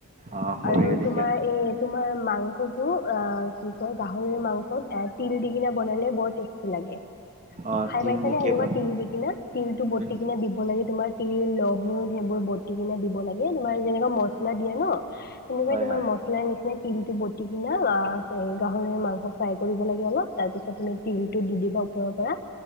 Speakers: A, on the right (about 35°); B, on the left (about 45°).
A: অ', সৰিয়হ
B: আৰু
A: দিকে
B: তোমাৰ এই তোমাৰ মাংসটো অ', কি কয় গাহৰি মাংসত এ তিল দি কিনে বনালে বৰ টেষ্ট টি লাগে।
A: অ',
B: খাই
A: তিল
B: পাইছে
A: দিকে
B: নে সেনেকুৱা
A: বন
B: তিল দি কিনে? তিলটো বটি
A: উম,
B: কিনে দিব লাগে তোমাৰ তিল লহু সেইবোৰ বতি কিনে দিব লাগে তোমাৰ যেনেকুৱা মছলা দিয়ে ন' সেনেকুৱাই
A: হয়,
B: তোমাৰ
A: হয়।
B: মছলা নিচিনা তিলটো বটি কিনে অ', গাহৰিৰ মাংস ফ্ৰাই কৰিব লাগে অলপ তাৰপিছত তুমি তিলটো দি দিবা ওপৰৰ পৰা